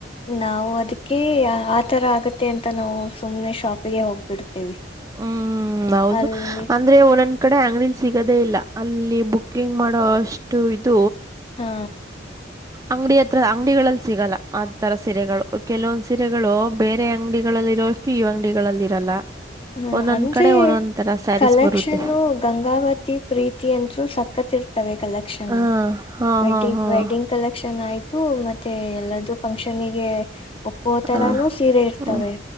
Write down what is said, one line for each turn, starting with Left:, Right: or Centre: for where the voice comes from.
Left: ನಾವು ಅದಕ್ಕೆ ಆತರ ಆಗತ್ತೆ ಅಂತ ನಾವು ಸುಮ್ನೆ ಶಾಪಿಗೆ ಹೋಗ್ಬಿಡ್ತೇವಿ.
Right: ಹ್ಮ್ ಹೌದು
Left: ಅಲ್ಲಿ
Right: <unintelligible> ಅಂದ್ರೆ ಒನ್ ಒಂದ್ ಕಡೆ ಅಂಗ್ಡಿಲ್ ಸಿಗದೇ ಇಲ್ಲ ಅಲ್ಲಿ ಬುಕ್ಕಿಂಗ್ ಮಾಡೋಷ್ಟು ಇದು
Left: ಹಾ
Right: ಅಂಗಡಿ ಹತ್ರ ಅಂಗಡಿಗಳಲ್ಲಿ ಸಿಗಲ್ಲ ಆ ತರ ಸೀರೆಗಳು ಕೆಲವೊಂದು ಸೀರೆಗಳು ಬೇರೆ ಅಂಗಡಿಗಳಲ್ಲಿರೋ <unintelligible> ಅಂಗಡಿಗಳಲ್ಲಿ ಇರಲ್ಲ.
Left: ಹ
Right: ಒಂದೊಂದ್
Left: ಅಂದ್ರೆ
Right: ಕಡೆ ಒಂದೊಂದ್ ತರ ಸ್ಯಾರೀಸ್
Left: ಕಲೆಕ್ಷನ್ನು
Right: ಬರುತ್ತೆ
Left: ಗಂಗಾವತಿ ಪ್ರೀತಿ ಅಂದರು ಸಕ್ಕತ್ ಇರ್ತವೆ ಕಲೆಕ್ಷನ್
Right: ಹಾ ಹಾ
Left: ವೆಡ್ಡಿಂಗ್
Right: ಹಾ ಹಾ
Left: ವೆಡ್ಡಿಂಗ್ ಕಲೆಕ್ಷನ್ ಆಯ್ ತು ಮತ್ತೆ ಎಲ್ಲ್ದೂ ಫಂಕ್ಷನಿಗೆ ಒಪ್ಪೋ
Right: ಹ
Left: ತರನು ಸೀರೆ ಇರ್ತವೆ.
Right: ಹ ಹ್ಮ್